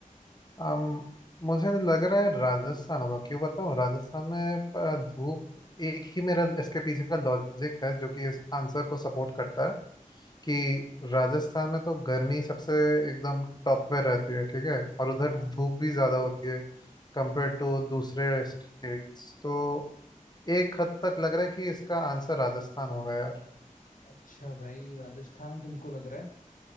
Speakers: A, on the left; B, on the left.
A: अम, मुझे लग रहा है राजस्थान होगा क्यों बताऊँ राजस्थान में अ, धूप एक ही मेरा इसके पीछे का लॉजिक है जो कि इस आंसर को सपोर्ट करता है कि राजस्थान में तो गर्मी सबसे एकदम टॉप पे रहती है ठीक है और उधर
B: हाँ हाँ
A: धूप भी ज़्यादा होती है कंपेयर टू दूसरे स्टेट्स तो एक हद तक लग रहा है कि इसका आंसर राजस्थान होगा यार
B: अच्छा भाई राजस्थान तुमको लग रहा है